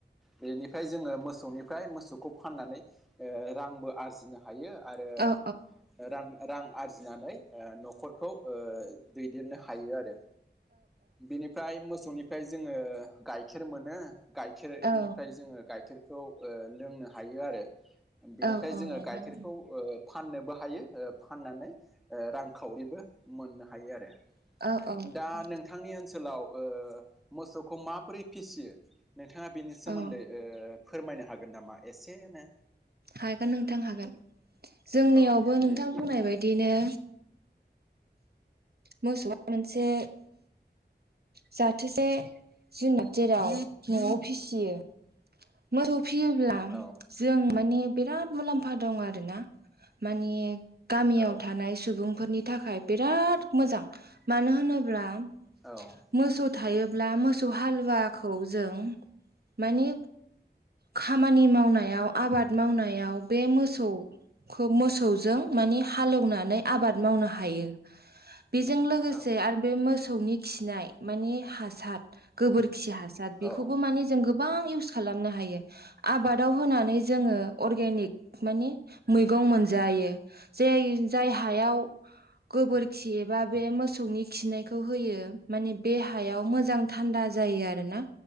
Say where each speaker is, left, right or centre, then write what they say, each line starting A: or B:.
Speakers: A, in the centre; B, on the right.
A: बेनिफ्राय जोङो मोसौनिफ्राय मोसौखौ फाननानै रांबो आरजिनो हायो आरो
B: औ
A: रां रां आं आरजिनानै ओ न'खरखौ ओ दैदेननो हायो आरो बेनिफ्राय मो सौनिफ्राय जोङो गाइखेर मोनो गाइखेरनिफ्राय
B: औ
A: जोङो गाइखेर खौ लोंनो हायो आरो बेनिफ्राय
B: औ औ
A: जोङो
B: नोंथां
A: गाइखेर ओ फाननोबो हायो ओ फाननानै रांखावरिबो मोननो हायो आरो
B: औ औ नोंथां
A: दा नोंथांनि ओन सोलाव मोसौखौ माबोरै फिसियो नोंथाङा बेनि सोमोन्दै
B: औ
A: ओ फोरमायनो हागोन नामा एसेनो
B: हागोन नोंथां हागोन जोंनियावबो
A: औ
B: नोंथां
A: दे
B: बुंनाय
A: औ
B: बायदिनो मोसौवा मोनसे। जाथोसे जुनाद जेराव नवाव फिसियो। मोसौ फिसियोब्ला
A: औ
B: जों माने बिराद मुलाम्फा दं आरोना मानि गामियाव
A: औ
B: थानाय सुबुंफोरनि नि थाखाय बिराद मोजां मानो होनोब्ला।
A: औ।
B: मोसौ थायोब्ला मोसौ हालुवाखौ जों माने। खामानि मावनायाव आबाद मावनायाव बे मोसौ। खौ मोसौजों माने हालेवनानै आबाद मावनो हायो। बेजों लोगोसे
A: औ
B: आरो बे मोसौनि खिनाय माने हासार। गोबोरखि हासार
A: औ
B: बेखौबो माने जों गोबां इउस खालामनो हायो। आबादाव होनानै जोङो अरगेनिक माने मैगं मोनजायो। जाय जाय हायाव गोबोरखि एबा बे मोसौनि। खिनायखौ होयो माने बे हायाव मोजां थान्दा जायो आरो ना।